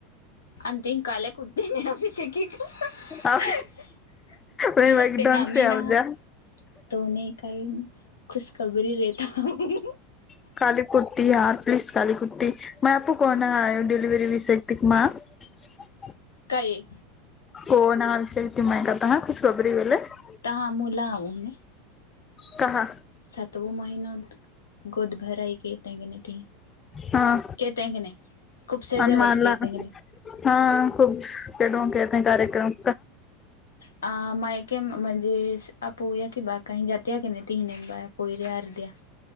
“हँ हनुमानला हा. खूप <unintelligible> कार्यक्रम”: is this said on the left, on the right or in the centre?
Left